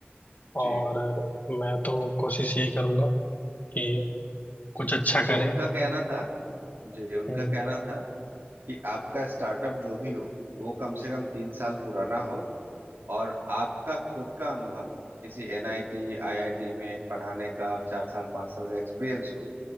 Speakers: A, on the right; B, on the left.
A: जी
B: और अ, मैं तो कोशिश यही करूंगा कि कुछ अच्छा
A: तो
B: करें
A: उनका कहना था जी उनका
B: हम्म,
A: कहना था कि आपका स्टार्टअप जो भी हो वो कम से कम तीन साल पुराना हो और आपका खुद का अनुभव किसी एनआईटी आईआईटी में पढ़ाने का चार साल पांच साल का एक्सपीरियंस हो